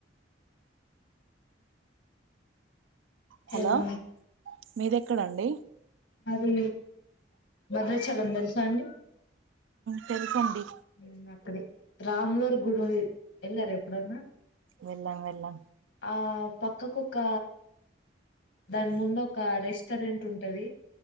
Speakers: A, on the right; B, on the left.
A: హలో
B: ఎలా
A: మీది ఎక్కడండి
B: అది భద్రాచలం తెలుసా అండి
A: తెదిసండి
B: ఉమ్ అక్కడే రాములూరు గుడి ఎల్లారా ఎప్పుడన్నా
A: వెళ్లం వెళ్లం
B: ఆ పక్కకు ఒక దాని ముందు ఒక రెస్టారెంట్ ఉంటది